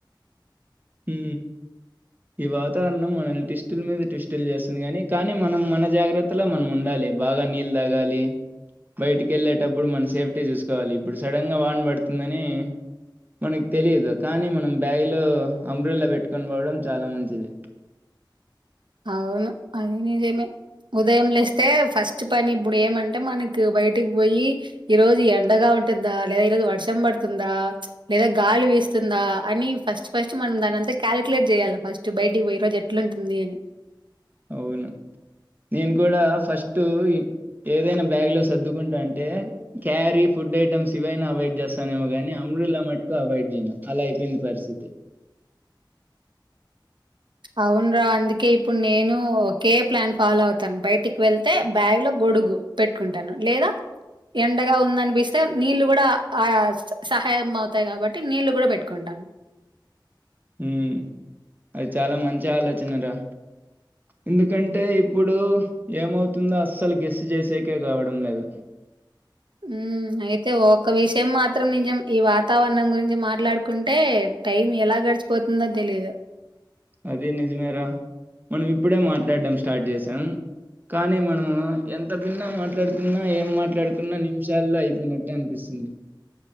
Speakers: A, on the right (about 20°); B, on the right (about 70°).
A: హు ఈ వాతావరణం మనల్ని టివిస్టుల మీద టివిస్టులు చేస్తుంది కానీ కానీ మనం మన జాగ్రత్తలో మనం ఉండాలి బాగా నీళ్ళ తాగాలి బయటికి వెళ్ళేటప్పుడు మనం సేఫ్టీ చూసుకోవాలి ఇప్పుడు సడన్గా వాన్ పడుతుందని మనకు తెలియదు కానీ మనం బ్యాగ్లో అంబ్రలా పెట్టుకొని పోవడం చాలా మంచిది
B: అవును అది నిజమే. ఉదయం లేస్తే ఫస్ట్ పని ఇప్పుడు ఏమంటే మనకి బయటికి పోయి. ఈరోజు ఎండగా ఉంటుందా, లేదా ఈరోజు వర్షం పడుతుందా, లేదా గాలి వీస్తుందా. అని ఫస్ట్ ఫస్ట్ మనం దాని అంతా కాలిక్యులేట్ చేయాల్ల ఫస్ట్ బయటికి పోయి. ఈ రోజు ఎట్లూంటుంది అని.
A: అవును నేను కూడా ఫస్ట్ ఏ ఏదైనా బ్యాగ్లో సర్దుకుంటంటే క్యారీ, ఫుడ్ ఐటమ్స్ ఇవైనా అవాయిడ్ చేస్తానేమో కానీ. అంబ్రేల్లా మటుకు అవాయిడ్ జేయను అలా అయిపోయింది. పరిస్థితి
B: అవునరా అందుకే ఇప్పుడు నేను. ఒకే ప్లాన్ ఫాలో అవుతాను బయటికి వెళ్తే బ్యాగ్ లో గొడుగు పెట్టుకుంటాను, లేదా ఎండగా ఉందనిపిస్తే నీళ్ళు కూడా ఆ సహాయం అవుతాయి. కాబట్టి నీళ్లు కూడా పెట్టుకుంటాను.
A: ఉహ్మ్ అది చాలా మంచి ఆలోచన రా. ఎందుకంటే ఇప్పుడు ఏమవుతుందో అస్సలు గెస్ చేసేకే కావడం లేదు.
B: ఉమ్మ్ అయితే ఒక విషయం మాత్రం నిజం. ఈ వాతావరణం గురించి మాట్లాడుకుంటే. టైం ఎలా గడిచిపోతుందో తెలీదు
A: అదే నిజమేరా మనం ఇప్పుడే మాట్లాడడం స్టార్ట్ చేసాం కానీ మనం ఎంత భిన్న మాట్లాడుకున్నా ఏం మాట్లాడుకున్నా నిమిషాల్లో అయిపోయినట్టే అనిపిస్తుంది